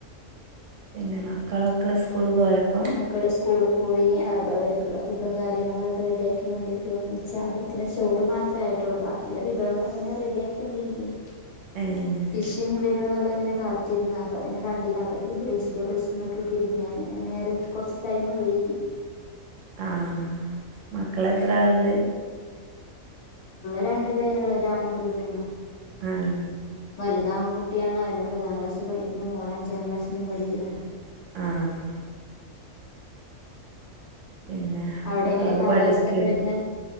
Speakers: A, on the right; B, on the left.
A: പിന്നെ മക്കളൊക്കെ സ്കൂള് പോയപ്പോ
B: മക്കള് സ്കൂള് പോയി അപ്പോ അവരിക്കുള്ള ഫുഡും കാര്യങ്ങളൊക്കെ റെഡിയാക്കി കൊണ്ടിരി ച്ചമ്പത്തിന് ചോറ് മാത്രേ ആയിട്ടുള്ളൂ. ബാക്കിയുള്ള വിഭവങ്ങൾ ഇങ്ങനെ റെഡിയാക്കി ക്കൊണ്ടിരിക്കുന്നു.
A: ഏഹ്
B: ഫിഷിംഗ് വരു എന്നുള്ള അങ്ങനെ കാത്തിരുന്നു. അപ്പൊ അതിനെ കണ്ടില്ല അപ്പൊ പിന്നെ വെജിറ്റബിൾസിലേക്ക് തിരിഞ്ഞു ഞാന് അ നേരെ കൊറച്ച് ടൈമ് വൈകി.
A: ആ മക്കള് എത്ര ആളണ്ട്.
B: രണ്ട് പേരോള്ളു ഒരാണും ഒരുപെണ്ണും
A: ആഹ്
B: വലുത് ആകുട്ടിയാണ് അവന് ഒമ്പതാം ക്ലാസ്സ് പഠിക്കുന്നു. മോള് അഞ്ചാം ക്ലാസ്സിലും പഠിക്കണ്
A: ആഹ്
B: <inaudible>
A: പിന്നെ
B: അവിടെ
A: മക്കളൊക്കെ
B: എങ്ങനെ കാലാവസ്ഥ
A: പഠിക്കോ?
B: ഒക്കെ വരുന്നെ